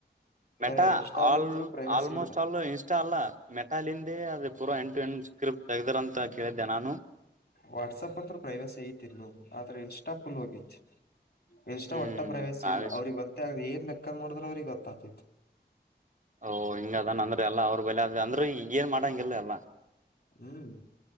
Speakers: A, on the right; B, on the left.
A: ಮೆಟ
B: ಖರೆ ಇನ್ಸ್ಟಾದಂತ್ರು
A: ಆಲ್
B: ಪ್ರೈವೇಸಿ
A: ಆಲ್ಮೋಸ್ಟ್
B: ಇಲ್ಲ
A: ಆಲ್ ಇನ್ಸ್ಟಾ ಅಲ್ಲ ಮೆ ಟಾಲಿಂದೇ ಅ್ರೆ ಪೂರಾ ಎಂಟು ಎಂಟು ಸ್ಕ್ರಿಪ್ಟ್ ತಗ್ದಾರ ಅಂತ ಕೇಳಿದ್ದೆ ನಾನು.
B: ವಾಟ್ಸಪ್ ಅಂದ ಪ್ರೈವಸಿ ಐತಿ ಆ್ರ ಇನ್ಸ್ಟಾಫುಲ್ ಹೋಗಿತಿ. ಎಷ್ಟ
A: ಹ್ಮ್
B: ಒಟ್ಟ ಪ್ರೈವಸಿ
A: ಭಾವಿಸಿ
B: ಇಲ್ಲ ಅವ್ರಗ್ ಗೊತ್ತ ಆಗ ಏನ್ ಬಕ್ಕಾದ್ ಮಾಡಿದ್ರ ಅವ್ರಿಗೆ ಗೊತ್ತಾಗತಿತ್ತು.
A: ಓ ಹಿಂಗ ಅದನ್ ಅಂದ್ರೆ ಎಲ್ಲ ಅವ್ರ ಬಳ ಆದ ಅಂದ್ರೆ ಈಗ ಏನ್ ಮಾಡಾ ಹಂಗಿಲ್ಲ ನಾ.
B: ಹ್ಮ್